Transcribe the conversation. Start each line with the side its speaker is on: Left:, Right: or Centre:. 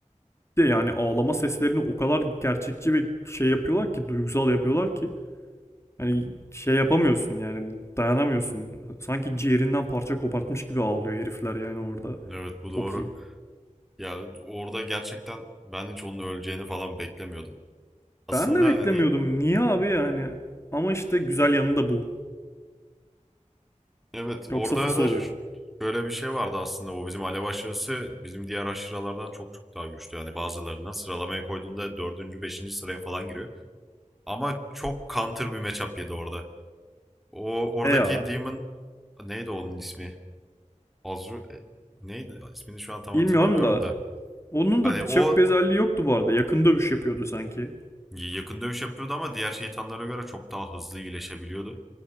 Left: Bir de yani ağlama seslerini o kadar gerçekçi ve şey yapıyorlar ki duygusal yapıyorlar ki hani şey yapamıyorsun yani dayanamıyorsun. Sanki ciğerinden parça kopartmış gibi ağlıyor herifler yani orada.
Centre: Evet bu doğru.
Left: Çok iyi.
Centre: Ya orada gerçekten ben hiç onun öleceğini falan beklemiyordum. Aslında
Left: Ben de beklemiyordum.
Centre: hani
Left: Niye abi yani? Ama işte güzel yanı da bu.
Centre: evet
Left: Yoksa
Centre: orada
Left: fıs
Centre: da
Left: oluyor.
Centre: ş- şöyle bir şey vardı aslında o bizim alev aşırısı bizim diğer aşıralardan çok çok daha güçlü. Yani bazılarından sıralamaya koyduğunda dördüncü beşinci sıraya falan giriyor. Ama çok counter bir matchup yedi orada. O oradaki
Left: E ya.
Centre: Demon neydi onun ismi? Azru e, neydi? ismini şu an tam
Left: Bilmiyorum
Centre: hatırlamıyorum
Left: da
Centre: da.
Left: onun
Centre: Hani
Left: da çok
Centre: o
Left: bir özelliği yoktu bu arada. Yakın dövüş yapıyordu sanki.
Centre: yakın dövüş yapıyordu ama diğer şeytanlara göre çok daha hızlı iyileşebiliyordu.